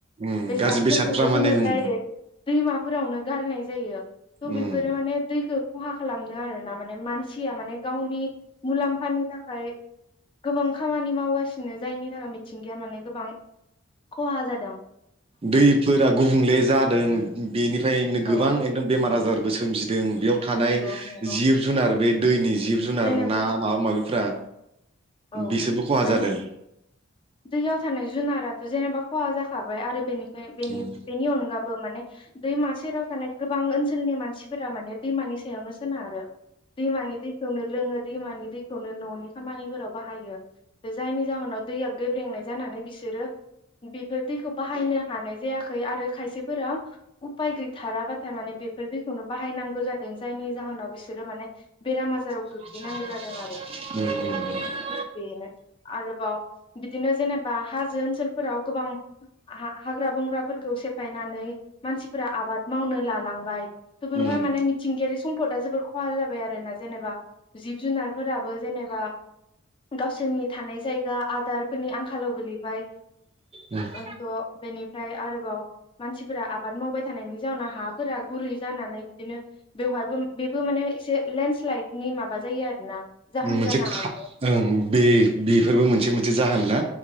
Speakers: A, on the right (about 30°); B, on the left (about 25°).
A: उम
B: बेसादफोरखौबो
A: गाज्रि बेसादफ्रा
B: जोङो
A: माने उम
B: डाइरेक्ट दैमाफोरावनो गारनाय जायो थ' बेफोरो
A: उम
B: माने दैखो खहा खालामदों आरो ना माने मानसिया माने गावनि मुलाम्फानि थाखाय गोबां खामानि मावगासिनो जायनि थाखाय मिथिंगाया माने गोबां खहा जादों ।
A: दैफोरा गुबुंले जादों बेनिफ्रायनो
B: औ
A: गोबां एकदम बेमार आजार बो सोमजिदों बेयाव थानाय
B: नंगौ नंगौ
A: जिब जुनार बे दैनि जिब जुनार
B: जेनेबा
A: ना माबा माबिफ्रा
B: औ
A: बिसोरबो खहा
B: माने
A: जादों
B: दैयाव थानाय जुनाराथ जेनेबा खवा जाखाबाय आरो बेनि बेनि
A: उम
B: बेनि अनगा बो माने दैमा सेराव थानाय गोबां ओनसोलनि मानसिफोरा माने दैमानि सायावनो सोनारो दैमानि दैखौनो लोङो दैमानि दैखौनो ननि खामानिफोराव बाहायो जायनि जाहोनाव दैया गोेब्रेंनाय जानानै बिसोरो बेफोर दैखौ बाहायनो हानाय जायाखै आरो खायसेफोरा उफाय गैथाराबाथाय माने बेफोर दैखौनो बाहायनांगौ जादों जायनि जाहोनाव बिसोरो माने बेराम आजाराव
A: <unintelligible>
B: गोग्लैनांगौ जादों आरो बेनो आरोबाव बिदिन जेनेबा हाजो ओनसोलफोराव गोबां हा हाग्रा बंग्राफोरखौ सेफायनानै मानसिफोरा आबाद मावनो लालांबाय थ बेवहाय
A: उम
B: माने मिथिंगायारि सम्पदा जोबोर खहा जाबाय आरोना जेनेबा जिब जुनारफोराबो जेनेबा गावसोरनि थानाय जायगा आदारफोरनि आंखालाव गोलैबाय
A: उम
B: आरोथ बेनि फ्राय आरोबाव मानसिफोरा आबाद मावबाय थानायनि जाउनाव हाफोरा गुरै जानानै बिदिनो बेवहायबो बेबो माने एसे लेन्डस्लाइदनि माबा जायो आरोना जाहोन
A: मोनसे
B: जानो
A: खाब
B: हायो
A: ओं बे बेफोरबो मोनसे मोनसे जाहोन ना